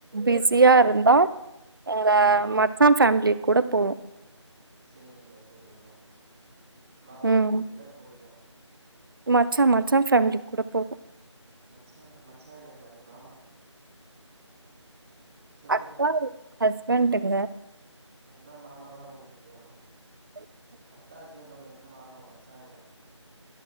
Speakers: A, on the right; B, on the right.
A: பிஸியா இருந்தா எங்க
B: ஆ
A: மச்சா ஃபேமிலி கூட போவோ
B: செரிங்க செரிங்க மாமா
A: ம்
B: ஃபேமிலி கூட போவீங்க
A: மச்சா மச்சா ஃபேமிலி கூட போவோ
B: மச்சா மச்சா இல்லங்க அது மாமா சொல்லுங்க
A: அக்கா ஹஸ்பண்டுங்க
B: அதா மாமா தா உங்களுக்கு
A: <inaudible>
B: அக்கா ஹஸ்பண்ட் உங்களுக்கு மாமா மச்சா இல்ல